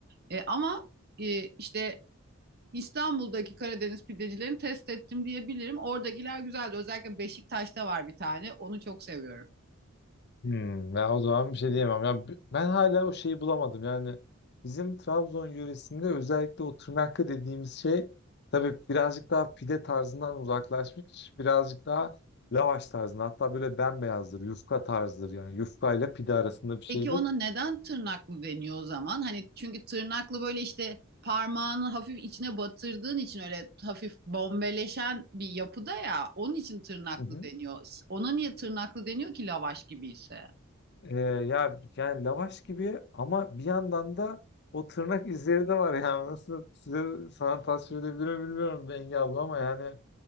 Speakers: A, on the right (about 50°); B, on the left (about 55°).
A: E, ama e, işte İstanbul'daki Karadeniz pidecilerini test ettim diyebilirim. Oradakiler güzeldi. Özellikle Beşiktaş'ta var bir tane. Onu çok seviyorum.
B: Hmm, ya o zaman bir şey diyemem. Ya b- ben hala o şeyi bulamadım. Yani bizim Trabzon yöresinde özellikle o tırnaklı dediğimiz şey tabii birazcık daha pide tarzından uzaklaşmış. Birazcık daha lavaş tarzında. Hatta böyle bembeyazdır. Yufka tarzıdır yani. Yufka ile pide arasında bir şeydir.
A: Peki ona neden tırnaklı deniyor o zaman? Hani çünkü tırnaklı böyle işte parmağını hafif içine batırdığın için öyle hafif bombeleşen bir yapıda ya. Onun için tırnaklı
B: Hı hı.
A: deniyor. Ona niye tırnaklı deniyor ki lavaş gibi ise?
B: Ee, ya yani lavaş gibi ama bir yandan da o tırnak izleri de var yani. <laughs> Nasıl size sana tasvir edebilir mi bilmiyorum Bengi abla ama yani